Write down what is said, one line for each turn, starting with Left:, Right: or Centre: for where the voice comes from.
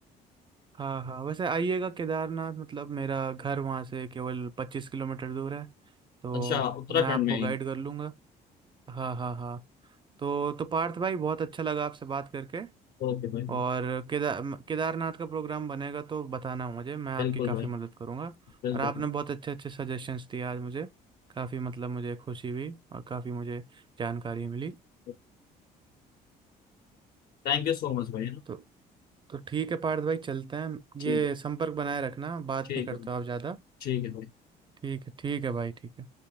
Right: हाँ हाँ वैसे आइएगा केदारनाथ मतलब मेरा घर वहाँ से केवल पच्चीस किलोमीटर दूर है तो
Left: अच्छा उत्तराखंड
Right: मैं आपको
Left: में
Right: गाइड
Left: ही
Right: कर लूँगा हाँ हाँ हाँ तो तो पार्थ भाई बहुत अच्छा लगा आपसे बात करके
Left: ओके भाई
Right: और केदार केदारनाथ का प्रोग्राम बनेगा तो बताना मुझे मैं आपकी
Left: बिल्कुल
Right: काफ़ी
Left: भाई
Right: मदद करूँगा
Left: बिल्कुल
Right: और आपने
Left: भाई
Right: बहुत अच्छे अच्छे सजेशंस दिए आज मुझे काफ़ी मतलब मुझे खुशी हुई और काफ़ी मुझे जानकारी मिली
Left: Okay Thank you so much भाई है ना
Right: तो तो ठीक है पार्थ भाई चलते हैं
Left: ठीक
Right: ये
Left: है
Right: संपर्क बनाए रखना बात
Left: ठीक
Right: नहीं करते
Left: है
Right: हो आप ज़्यादा
Left: ठीक है भाई
Right: ठीक है ठीक है भाई ठीक है